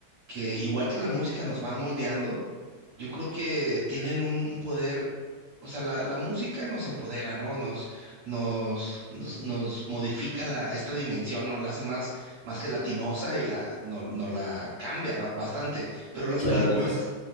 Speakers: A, on the right; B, on the left.
A: que igual que la música nos van moldeando, yo creo que tienen un, un poder, o sea, la, la música nos empodera, ¿no? Nos, nos, nos, nos modifica la, esta dimensión, ¿no? La hace más, más gelatinosa y la, no, nos la cambia bastante. Pero las
B: Claro
A: películas
B: que sí.